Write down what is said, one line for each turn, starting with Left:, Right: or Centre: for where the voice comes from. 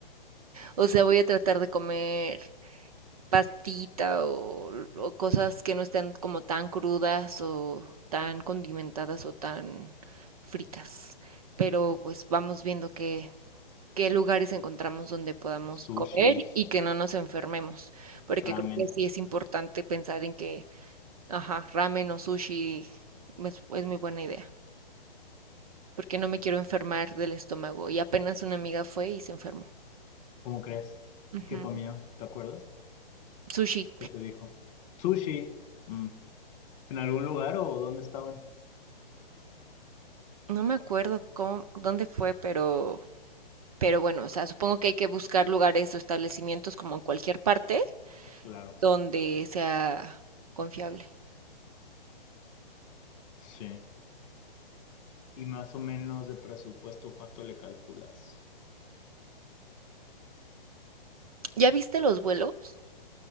Right: O sea, voy a tratar de comer pastita o, o cosas que no estén como tan crudas o tan condimentadas o tan fritas. Pero pues vamos viendo qué lugares encontramos donde podamos
Left: Sushis,
Right: comer y que no nos enfermemos, porque
Left: ramen.
Right: creo que sí es importante pensar en que, ajá, ramen o sushi es, es muy buena idea, porque no me quiero enfermar del estómago. Y apenas una amiga fue y se enfermó.
Left: ¿Cómo crees?
Right: Ujú.
Left: ¿Qué comió? ¿Te acuerdas?
Right: Sushi,
Left: ¿Qué te dijo? Sushi. Mm. ¿En algún lugar o dónde estaban?
Right: no me acuerdo cómo, dónde fue, pero, pero bueno, o sea, supongo que hay que buscar lugares o establecimientos como en cualquier parte
Left: Claro.
Right: donde sea confiable.
Left: Sí. Y más o menos de presupuesto, ¿cuánto le calculas?
Right: ¿Ya viste los vuelos?